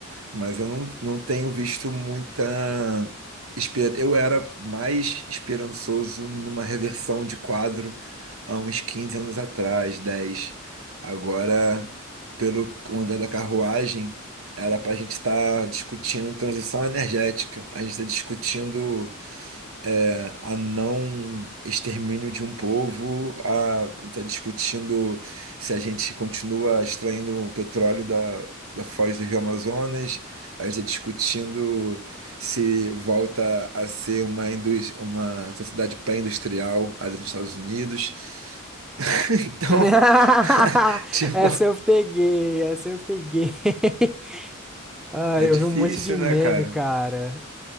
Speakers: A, on the right; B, in the centre.
A: mas eu não, não tenho visto muita. esper- Eu era mais esperançoso numa reversão de quadro há uns 15 anos atrás, 10 Agora, pelo andar da carruagem, era para a gente estar discutindo transição energética, a gente está discutindo é, a não extermínio de um povo, a está discutindo se a gente continua extraindo o petróleo da, da foz do Rio Amazonas, a gente está discutindo se volta a ser uma, indus- uma sociedade pré-industrial ali nos Estados Unidos. <laughs> Então,
B: <laughs>
A: <laughs> tipo,
B: Essa eu peguei, essa eu peguei. <laughs> Ah,
A: é
B: eu
A: difícil,
B: vi um monte de meme,
A: né, cara?
B: cara.